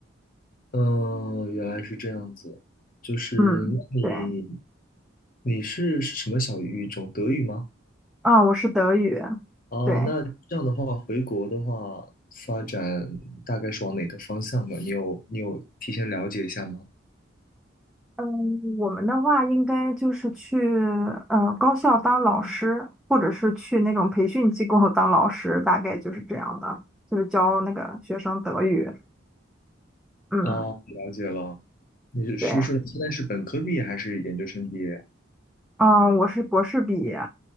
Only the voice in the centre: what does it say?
嗯，对，
啊，我是德语，
对，
嗯，我们的话应该就是去呃高校当老师，或者是去那种培训机构 <laughs> 当老师，大概就是这样的，就是教那个学生德语。嗯，
对。嗯，我是博士毕业，